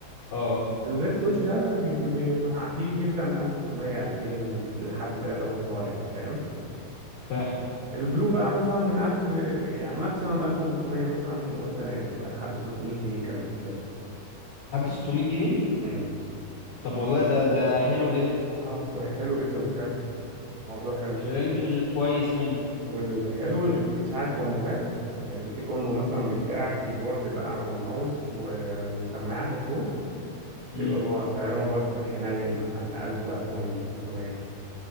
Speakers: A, on the left; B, on the right.
A: اه
B: الريد سويتش ده بي... بي... مع- فيه بيبدا من 1600 2000 لحد 3 وانت طالع بقى فاهم
A: فاهم
B: البلو بقى مثلا من 1000 يعني ماكسيمم 1500 مثلا وانت نازل بقى لحد 600 جنيه كمان بتلاقي
A: حد 600 جنيه
B: امم
A: طب والله ده ده حلو جدا
B: اه كوي- حلو جدا فعلا موضوع حلو
A: في رينج الكويس منه
B: والحلو اللي بيبقى فيه ساعات كومبوهات يعني بيبقى فيه كومبو مثلا بيتباع كيبورد بقى وماوس و... وسماعة هيدفون
A: امم
B: بيبقى بقى سعرهم برضو في الحنين مثلا ب 1000 و 1500